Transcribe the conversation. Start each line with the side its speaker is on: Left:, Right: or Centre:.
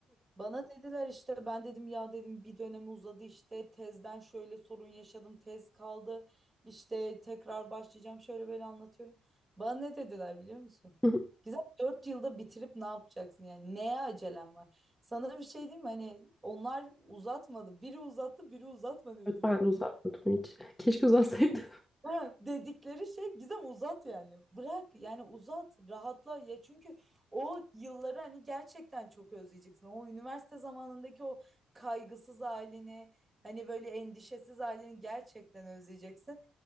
Right: Bana dediler işte ben dedim ya dedim bir dönemi uzadı işte tezden şöyle sorun yaşadım tez kaldı işte tekrar başlayacağım şöyle böyle anlatıyorum. Bana ne dediler biliyor musun?
Centre: <laughs>
Right: Güzel 4 yılda bitirip ne yapacaksın yani neye acelem var? Sana bir şey diyeyim mi hani onlar uzatmadı biri uzattı biri uzatmadı
Centre: Evet, ben de uzatmadım hiç. Keşke uzatsaydım.
Right: Ha, dedikleri şey Gizem uzat yani. Bırak yani uzat, rahatla ya çünkü o yılları hani gerçekten çok özleyeceksin. O üniversite zamanındaki o kaygısız halini, hani böyle endişesiz halini gerçekten özleyeceksin.